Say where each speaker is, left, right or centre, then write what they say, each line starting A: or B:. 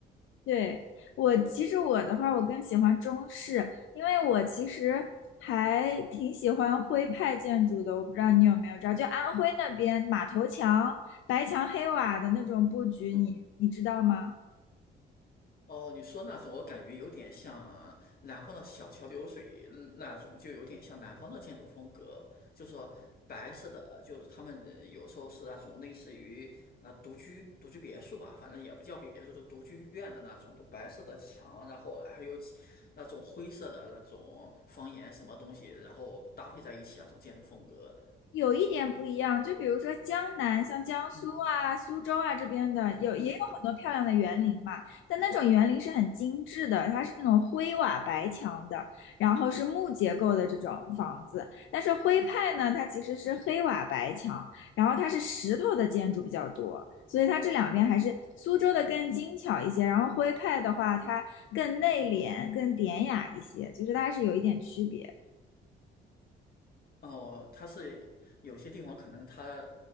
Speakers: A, on the left; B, on the left.
A: 对，我其实我的话，我更喜欢中式，因为我其实还挺喜欢徽派建筑的。我不知道你有没有知道，就安徽那边马头墙、白墙黑瓦的那种布局你，
B: 嗯
A: 你知道吗？
B: 哦，你说那种，我感觉有点像南方的小桥流水嗯那种，就有点像南方的建筑风格，就说白色的，就是他们呃有时候是那种类似于呃独居独居别墅吧，反正也不叫别墅，就独居院的那种，都白色的墙，然后还有其那种灰色的那种房檐什么东西，然后搭配在一起那种建筑风格。
A: 有一点不一样，就比如说江南，像江苏啊、
B: 嗯。
A: 苏州啊这边的，有也有很多漂亮的园林嘛，
B: 嗯。
A: 但那种园林是很精致的，它是那种灰瓦白墙的，然后是木结构的这种房子。但是徽派呢，它其实是黑瓦白墙，然后它是石头的建筑比较多，所以它这两边还是苏州的更精巧一些，然后徽派的话，它更内敛、更典雅一些，就是它还是有一点区别。
B: 哦，它是有些地方可能它